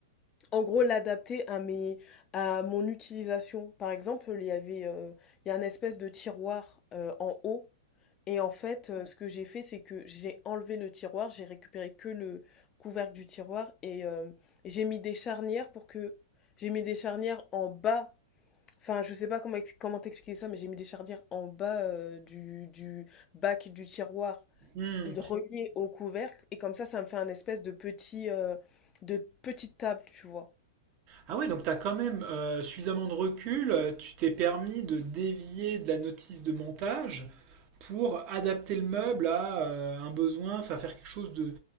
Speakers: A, on the left (about 25°); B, on the right (about 40°).
A: en gros, l'adapter à mes, à mon utilisation. Par exemple, il y avait, euh, il y a un espèce de tiroir euh, en haut. Et en fait, euh, ce que j'ai fait, c'est que j'ai enlevé le tiroir, j'ai récupéré que le couvercle du tiroir et euh, j'ai mis des charnières pour que, j'ai mis des charnières en bas Enfin, je sais pas comment, ex- comment t'expliquer ça, mais j'ai mis des chardières en bas euh, du, du bac du tiroir
B: Hmm.
A: relié au couvercle, et comme ça, ça me fait un espèce de petit, euh, de petite table, tu vois.
B: Ah ouais, donc t'as quand même euh, suffisamment de recul, euh, tu t'es permis de dévier de la notice de montage pour adapter le meuble à euh, un besoin, enfin faire quelque chose de,